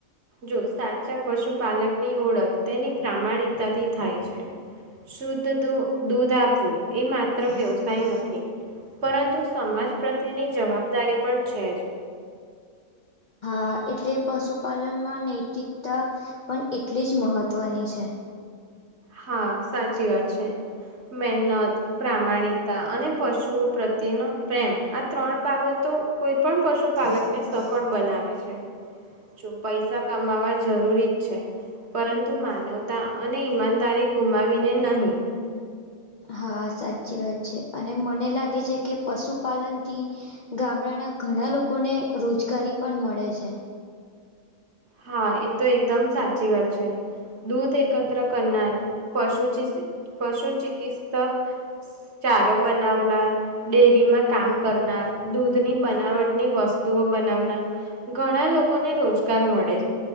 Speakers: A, on the right; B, on the left.
A: જો સાચા પશુપાલક ની ઓળખ તેની પ્રામાણિકતાથી થાય છે. શુદ્ધ દૂધ આપવું એ માત્ર વ્યવસાય નથી. પરંતુ સમાજ પ્રત્યેની જવાબદારી પણ છે.
B: હા એટલે પશુપાલનમાં નૈતિકતા પણ એટલી જ મહત્ત્વની છે.
A: હા સાચી વાત છે મહેનત પ્રામાણિકતા અને પશુઓ પ્રત્યેનો પ્રેમ આ ત્રણ બાબતો કોઈ પણ પશુપાલક ને સફળ બનાવે છે. પૈસા કમાવા જરૂરી જ છે પરંતુ માનવતા અને માન તારીખ ગુમાવીને નહીં.
B: હા સાચી વાત છે અને મને લાગે છે કે પશુપાલનથી ગામડાના ઘણા લોકોને રોજગારી પણ મળે છે.
A: હા એ તો એકદમ સાચી વાત છે. દૂધ એકત્ર કરનાર પશુ ચિકિ પશુ ચિકિત્સક ચારો બનાવનાર ડેરીમાં કામ કરનાર દૂધની બનાવટની વસ્તુઓ બનાવનાર ઘણા લોકોને રોજગાર મળે